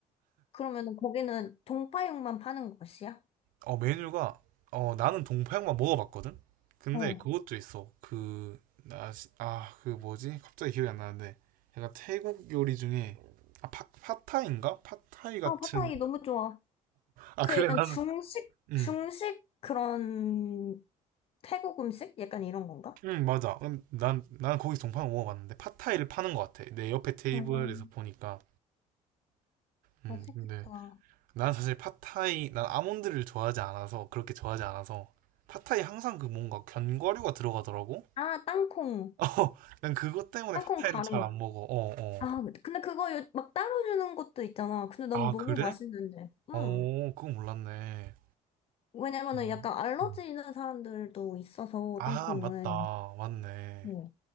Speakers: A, on the left (about 45°); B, on the right (about 75°).
A: 그러면 거기는 동파육만 파는 곳이야?
B: 어, 메뉴가, 어, 나는 동파육만 먹어봤거든? 근데
A: 어.
B: 그것도 있어. 그, 나, 시- 아, 그 뭐지? 갑자기 기억이 안 나는데. 약간 태국 요리 중에, 아, 파, 팟타이인가? 팟타이 같은.
A: 아, 팟타이 너무 좋아.
B: 아,
A: 그
B: 그래,
A: 약간
B: 나는,
A: 중식,
B: 응,
A: 중식 그런 태국 음식? 약간 이런 건가?
B: 응, 맞아. 음, 난, 난 거기서 동파육 먹어봤는데, 팟타이를 파는 것 같아. 내 옆에 테이블에서
A: 어,
B: 보니까. 음,
A: 맛있겠다.
B: 근데, 난 사실 팟타이, 난 아몬드를 좋아하지 않아서, 그렇게 좋아하지 않아서, 팟타이 항상 그 뭔가 견과류가 들어가더라고?
A: 아, 땅콩.
B: 어, 난 그것 때문에
A: 땅콩
B: 팟타이를
A: 가른
B: 잘 안
A: 거.
B: 먹어. 어, 어.
A: 아, 근데 그거 요- 막 따로 주는 것도 있잖아. 근데 난
B: 아,
A: 너무
B: 그래?
A: 맛있는데. 응.
B: 어, 그거 몰랐네.
A: 왜냐면은
B: 음,
A: 약간 알러지
B: 음.
A: 있는 사람들도 있어서,
B: 아,
A: 땅콩은.
B: 맞다. 맞네.
A: 어.